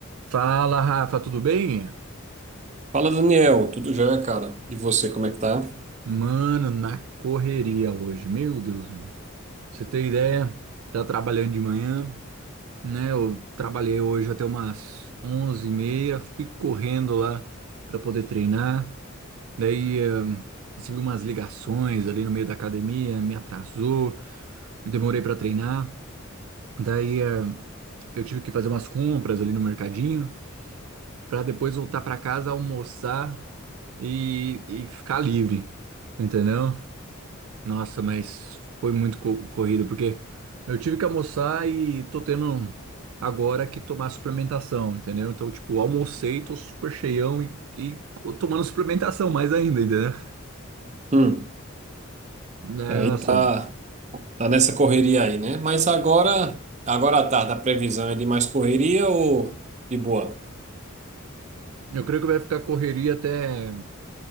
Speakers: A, on the right (about 75°); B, on the right (about 35°).
A: Fala, Rafa, tudo bem?
B: Fala, Daniel. Tudo jóia, cara? E você, como é que tá?
A: Mano, na correria hoje. Meu Deus, mano. Pra Você tem ideia? Tá trabalhando de manhã, né? Eu trabalhei hoje até umas onze e meia, fui correndo lá pra poder treinar. Daí, eh, recebi umas ligações ali no meio da academia, me atrasou, demorei pra treinar. Daí, eh, eu tive que fazer umas compras ali no mercadinho pra depois voltar pra casa, almoçar e, e ficar livre, entendeu? Nossa, mas foi muito co- corrido, porque eu tive que almoçar e tô tendo agora que tomar suplementação, entendeu? Então, tipo, almocei, tô super cheião e, e tomando suplementação mais ainda, entendeu?
B: Hum.
A: É,
B: Aí
A: nossa,
B: tá, tá nessa correria aí, né? Mas agora, agora à tarde, a previsão é de mais correria ou de boa?
A: eu creio que vai ficar correria até